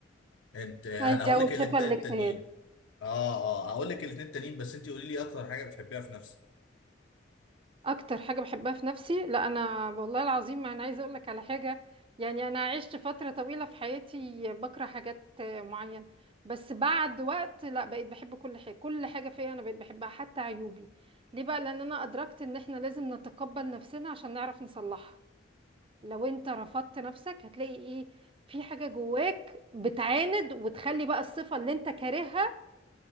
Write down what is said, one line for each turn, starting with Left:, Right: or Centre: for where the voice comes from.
Left: انت انا
Right: هيجاوب
Left: هقول لك الاثنين
Right: صفه الاجتهاد
Left: التانيين اه اه هقول لك الاثنين التانيين بس انت قولي لي اكتر حاجه بتحبيها في نفسك
Right: اكتر حاجه بحبها في نفسي لا انا والله العظيم ما انا عايزه اقول لك على حاجه يعني انا عشت فتره طويله في حياتي بكره حاجات معينه بس بعد وقت لا بقيت بحب كل حاجه كل حاجه فيا انا بقيت بحبها حتى عيوبي ليه بقى لان انا ادركت ان احنا لازم نتقبل نفسنا عشان نعرف نصلحها لو انت رفضت نفسك هتلاقي ايه في حاجه جواك بتعاند وتخلي بقى الصفه اللي انت كارهها